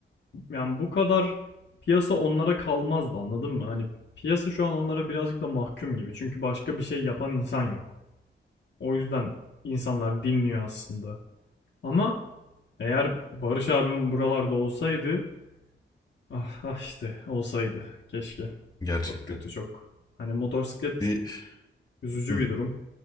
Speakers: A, on the left; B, on the left.
A: Yani bu kadar piyasa onlara kalmazdı anladın mı? Hani piyasa şu an onlara birazcık da mahkum gibi. Çünkü başka bir şey yapan insan yok. O yüzden insanlar dinliyor aslında. Ama eğer Barış abim buralarda olsaydı ah, ah işte olsaydı keşke.
B: Gerçekten.
A: Çok kötü çok. Hani motosiklet
B: Bir
A: üzücü
B: hı,
A: bir durum.